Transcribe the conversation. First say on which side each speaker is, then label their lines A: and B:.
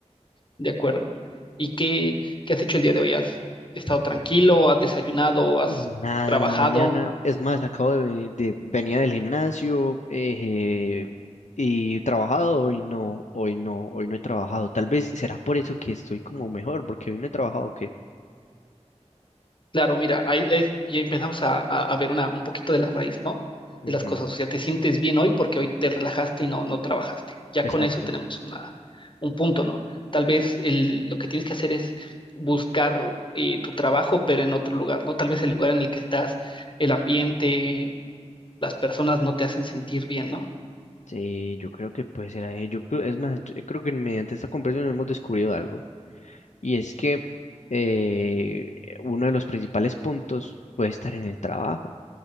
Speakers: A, on the left; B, on the left.
A: De acuerdo. ¿Y qué, qué has hecho el día de hoy? ¿Has estado tranquilo? ¿Has desayunado? ¿Has
B: Nada
A: trabajado?
B: en la mañana, es más, acabo de, venir- de venía del gimnasio eh, y trabajado, hoy no, hoy no, hoy no he trabajado. Tal vez será por eso que estoy como mejor, porque hoy no he trabajado, ¿Qué?
A: Claro, mira, ahí, ahí ya empezamos a, a- a ver una, un poquito de la raíz, ¿no? De
B: que
A: las cosas. O sea, te sientes bien hoy porque hoy te relajaste y no, no trabajaste. Ya
B: Exacto.
A: con eso tenemos una, un punto, ¿no? Tal vez el, lo que tienes que hacer es buscar eh, tu trabajo, pero en otro lugar, ¿no? Tal vez el lugar en el que estás, el ambiente, las personas no te hacen sentir bien, ¿no?
B: Sí, yo creo que puede ser ahí. Yo creo, es más, yo creo que mediante esta conversación hemos descubierto algo. Y es que eh, uno de los principales puntos puede estar en el trabajo